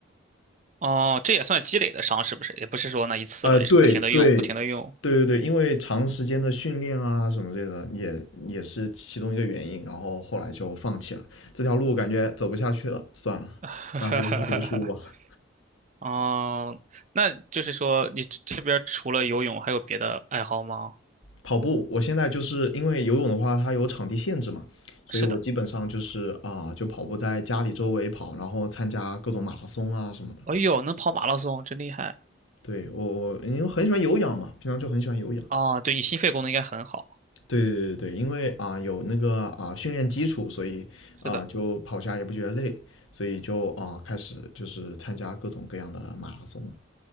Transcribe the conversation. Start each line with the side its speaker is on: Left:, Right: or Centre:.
Right: 哦，这也算积累的伤是不是？也不是说那一次了，
Left: 呃，
Right: 也是不停的用，
Left: 对对
Right: 不停的用。
Left: 对对对，因为长时间的训练啊什么这个，也也是其中一个原因，然后后来就放弃了这条路，感觉走不下去了，算了，
Right: <laughs>
Left: 那还是去读书吧。
Right: 哦，那就是说你这这边除了游泳还有别的爱好吗？
Left: 跑步，我现在就是因为游泳的话，它有场地限制嘛，所以我基本上就是啊，
Right: 是的，
Left: 就跑步在家里周围跑，然后参加各种马拉松啊什么的。
Right: 哎呦，能跑马拉松，真厉害
Left: 对，我我因为很喜欢有氧嘛，平常就很喜欢有氧。
Right: 啊！对你心肺功能应该很好。
Left: 对对对对，因为啊有那个啊训练基础，所以啊就跑下也不觉得累，
Right: 是的。
Left: 所以就啊开始就是参加各种各样的马拉松，